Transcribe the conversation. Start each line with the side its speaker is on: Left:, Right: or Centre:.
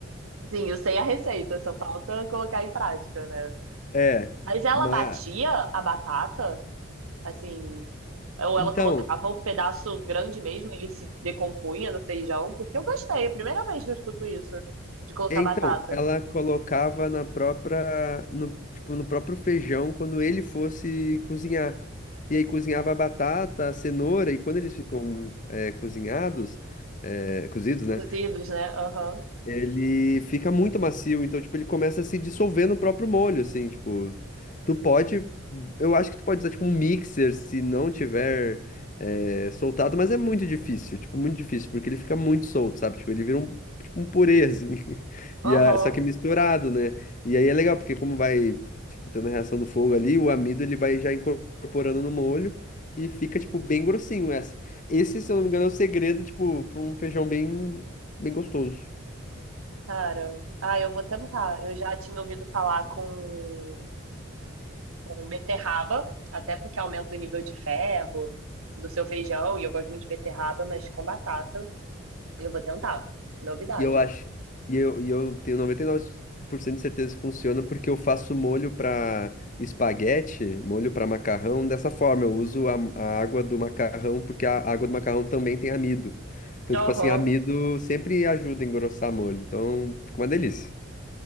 Right: Sim, eu sei a receita, só falta colocar em prática, né?
Left: É.
Right: Mas ela
Left: Mas,
Right: batia a batata, assim, ou
Left: Então,
Right: ela colocava o pedaço grande mesmo, ele se decompunha no feijão, porque eu gostei, é a primeira vez que eu escuto isso, de colocar
Left: então,
Right: batata.
Left: ela colocava na própria, no, tipo, no próprio feijão quando ele fosse cozinhar. E aí cozinhava a batata, a cenoura, e quando eles ficam é, cozinhados, é, cozidos, né?
Right: Cozidos, né? Aham.
Left: ele fica muito macio, então, tipo, ele começa a se dissolver no próprio molho, assim, tipo, tu pode, eu acho que tu pode usar, tipo, um mixer se não tiver eh, soltado, mas é muito difícil, tipo, muito difícil, porque ele fica muito solto, sabe, tipo, ele vira um, tipo, um purê, assim, <laughs>
Right: Aham.
Left: e a- só que misturado, né, e aí é legal, porque como vai, tipo, tendo a reação do fogo ali, o amido, ele vai já incorporando no molho, E fica, tipo, bem grossinho essa. Esse, se eu não me engano, é o segredo, tipo, pra um feijão bem, bem gostoso.
Right: Cara, ah, eu vou tentar. Eu já tinha ouvido falar com, com beterraba, até porque aumenta o nível de ferro do seu feijão, e eu gosto muito de beterraba, mas com batata, eu vou tentar. Novidade.
Left: E eu acho. E eu, e eu tenho noventa e nove por cento de certeza que funciona porque eu faço molho para espaguete, molho para macarrão dessa forma. Eu uso a, a água do macarrão porque a água do macarrão também tem amido. Então,
Right: Aham,
Left: tipo assim, amido sempre ajuda a engrossar molho. Então, fica uma delícia.